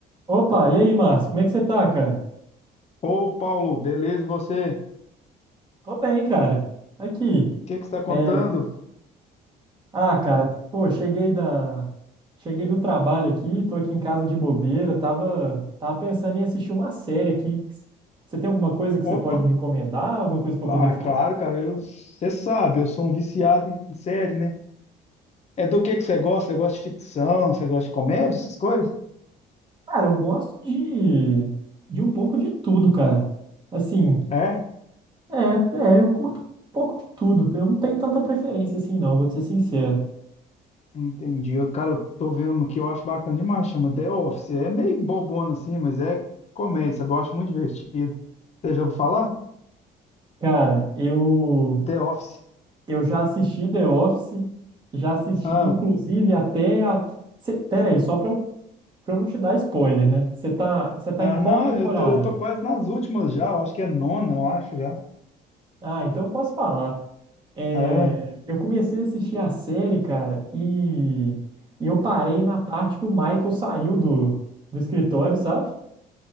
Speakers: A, on the right (about 25°); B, on the left (about 40°).
A: Opa, e aí, Márcio? Como é que você tá, cara?
B: Ô, Paulo, beleza? E você? O
A: Tô bem, cara. Aqui.
B: que que você está contando?
A: É... Ah, cara, pô, cheguei da... Cheguei do trabalho aqui, tô aqui em casa de bobeira, tava... tava pensando em assistir uma série aqui. Você tem alguma coisa que
B: Ô,
A: você pode me recomendar? Alguma coisa pra
B: ah,
A: eu poder falar?
B: claro, cara, eu, você sabe, eu sou um viciado em série, né? É do que que você gosta? Você gosta de ficção? Você gosta de comédia, essas coisas?
A: Cara, eu gosto de... de um pouco de tudo, cara. Assim,
B: É?
A: é, é, eu curto um pouco de tudo. Eu não tenho tanta preferência assim, não, vou te ser sincero.
B: Entendi. Eu, cara, eu tô vendo uma que eu acho bacana demais, chama The Office. É meio bobona assim, mas é comédia, sabe? Eu acho muito divertido. Você já ouviu falar?
A: Cara, eu...
B: The Office.
A: Eu já assisti The Office, já assisti,
B: Ah,
A: inclusive, até a. Cê... Pera aí, só pra eu, pra eu não te dar spoiler, né? Você tá... Você tá
B: ah,
A: em qual
B: não,
A: temporada?
B: eu tô, eu tô quase nas últimas já, eu acho que é nona, eu acho já.
A: Ah, então eu posso falar. É,
B: É.
A: Eu comecei a assistir a série, cara, e... e eu parei na parte que o Michael saiu do, do escritório, sabe?